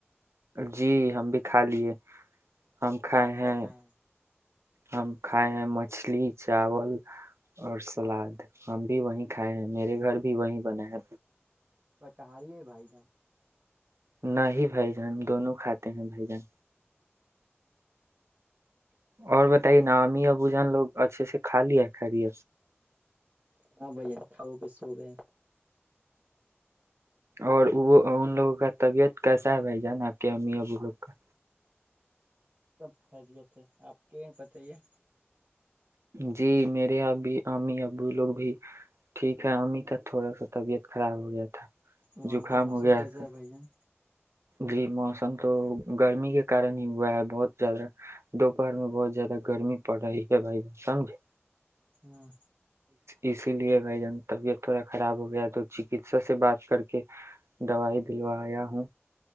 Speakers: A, on the right; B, on the right.
A: جی ہم بھی کھا لیے آکھ
B: کیا
A: ہیں
B: کیا کھائے
A: ہم کھائے ہیں مچھلی چاول اور سلاد ہم بھی وہی کھائے ہیں میرے گھر بھی وہی بنا ہے
B: ب کہال ہے بھائی جان
A: نہیں بھائی جان دونوں کھاتے ہیں بھائی جان اور بتائیے نا ابو جان لوگ اچھے سے کا ل ہے خری
B: ہاں بھائیین کھاؤ پ سو گئے
A: اور وہ ان لوگوں کا طبیعت کیسا ہے بھ جان آپ کے امی ابو لوگ کا
B: ھم <inaudible> سب خیریت ہے آپ کے بتائیے
A: جی میرے اب امی ابو لوگ بھی ٹھیک ہے امی کا تھوڑا سا طبیعت خراب ہو گیا تھا
B: وہاں
A: زکام
B: کا موسم
A: ہو گیا
B: کیسا
A: تھا
B: ہے بھائی جان
A: جی موسم تو گرمی کے کارن ہی ہوا ہے بہت زیادہ دوپہر میں بہت زیادہ گرمی پڑ رہی ہے بھائی ب سمجھے
B: ہاں
A: اسی لیے بھائی جان طبیعت تھوڑا خراب ہو گیا تو چکسا سے بات کر کے دوائی دلوایا ہوں